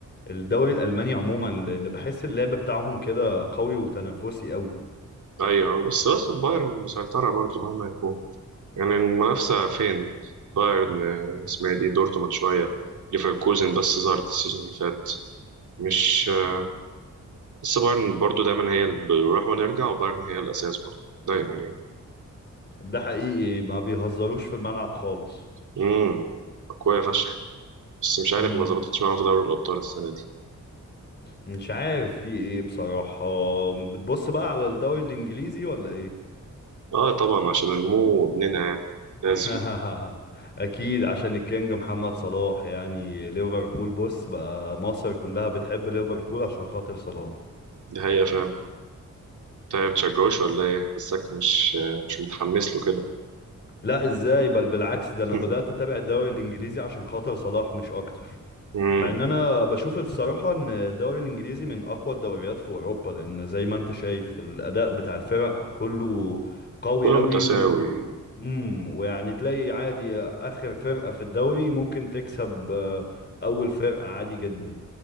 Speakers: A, on the left; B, on the right.
A: الدوري الالماني عموما لان بحس اللعب بتاعهم كده قوي وتنافسي قوي
B: ايوه بس بس البايرن مسيطرة برضو مهما يكون يعني المنافسة فين بايرن آه، اسمها إيه دي دورتموند شوية ليفركوزن بس ظهرت السيزون اللي فات مش آه، بس بايرن برضو دايما هي اللي بنروح ونرجع وبايرن هي الأساس برضو دايما يعني
A: ده حقيقي ما بيهزروش في الملعب خالص
B: امم أقوياء فشخ بس مش عارف
A: امم
B: ما ظبطتش معاهم في دوري الأبطال السنة دي
A: مش عارف في ايه بصراحة بتبص بقى على الدوري الانجليزي ولا ايه
B: اه طبعا عشان المو ابننا يعني لازم
A: <laughs> اكيد عشان الكينج محمد صلاح يعني ليفربول بص بقى مصر كلها بتحب ليفربول عشان خاطر صلاح
B: دي حقيقة فعلا طيب تشجعوش ولا ايه حاسك مش آه، مش متحمس له كده
A: لا ازاي بل بالعكس ده انا
B: <laughs>
A: بدأت اتابع الدوري الانجليزي عشان خاطر صلاح مش اكتر
B: امم
A: مع ان انا بشوف الصراحة ان الدوري الانجليزي من اقوى الدوريات في اوروبا لان زي ما انت شايف الاداء بتاع الفرق كله قوي
B: كله
A: قوي
B: متساوي
A: و... امم ويعني تلاقي عادي اخر فرقة في الدوري ممكن تكسب آه، اول فرقة عادي جدا